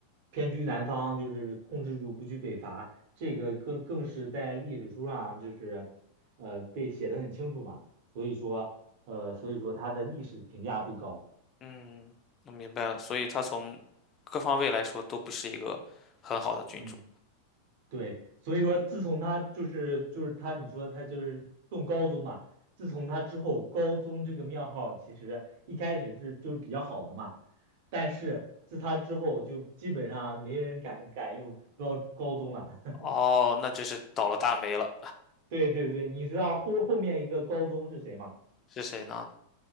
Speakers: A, on the right (about 45°); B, on the left (about 30°).
A: 偏居南方，就是控制住不去北伐，这个更更是在历史书上就是呃被写的很清楚嘛。所以说呃，所以说他的历史评价不高。
B: 嗯，我明白了，所以他从各方位来说都不是一个很好的君主。
A: 嗯。对，所以说自从他就是就是他，你说他就是中高宗嘛，自从他之后，高宗这个庙号其实一开始是就是比较好的嘛，但是自他之后就基本上没人敢敢用高高宗了。<laughs>
B: 哦，那真是倒了大霉了，
A: 对对对，你知道后后面一个高宗是谁吗？
B: 是谁呢？